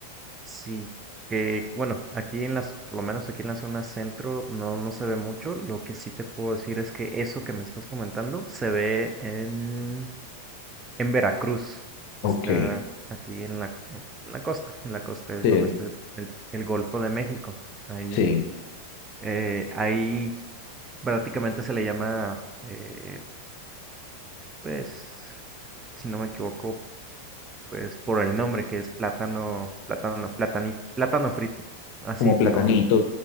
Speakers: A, on the right; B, on the left.
A: Sí, que bueno, aquí en las, por lo menos aquí en la zona centro no, no se ve mucho. Lo que sí te puedo decir es que eso que me estás comentando se ve en, en Veracruz. Está
B: Ok,
A: aquí en la, en la costa, en la costa es
B: sí,
A: donde está el, el- el Golfo de México. Ahí,
B: sí.
A: eh, ahí prácticamente se le llama, eh, pues, si no me equivoco, pues por el nombre que es plátano, plátano, platanito, plátano frito. Así,
B: como
A: pero
B: platanito.